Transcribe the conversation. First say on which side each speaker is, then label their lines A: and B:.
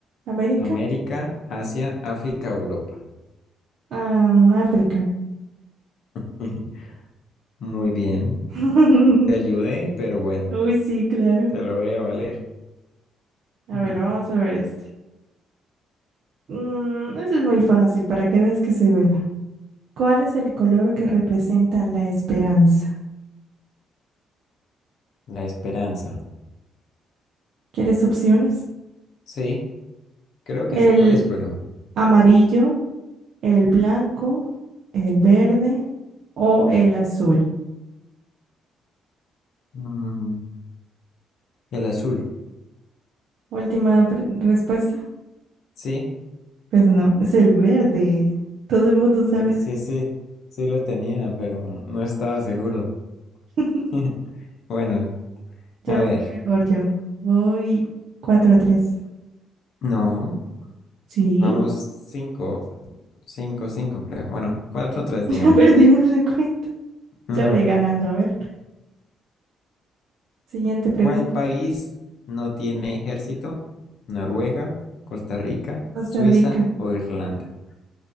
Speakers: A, on the right; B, on the left.
A: ¿América?
B: América, Asia, África, Europa.
A: Ah, África.
B: <laughs> Ujú. Muy bien.
A: <laughs>
B: Te ayudé, pero bueno,
A: Uy, sí, claro.
B: te lo voy a valer.
A: A
B: Ujú.
A: ver, vamos a ver este. Mm, eso es muy fácil para que veas que soy buena. ¿Cuál es el color que representa la esperanza?
B: <laughs> La esperanza.
A: ¿Quieres opciones?
B: Sí, creo que
A: ¿El
B: sé cuál es, pero...
A: amarillo, el blanco, el verde o el azul?
B: mm, el azul.
A: Última pre- respuesta.
B: Sí,
A: Pues no, es el verde. Todo el mundo sabe.
B: sí, sí, sí, sí lo tenía, pero no estaba seguro.
A: <laughs>
B: <laughs> Bueno,
A: Ya
B: a
A: voy
B: ver.
A: mejor yo. Voy cuatro a 3.
B: No,
A: Sí,
B: vamos cinco, cinco, cinco, creo. Bueno, cuatro, tres,
A: <laughs>
B: digamos.
A: perdimos la cuenta.
B: <laughs> Ujú.
A: Ya voy ganando. A ver, siguiente pregunta.
B: ¿Cuál país no tiene ejército? ¿Noruega, Costa Rica,
A: Costa
B: Suiza
A: Rica,
B: o Irlanda?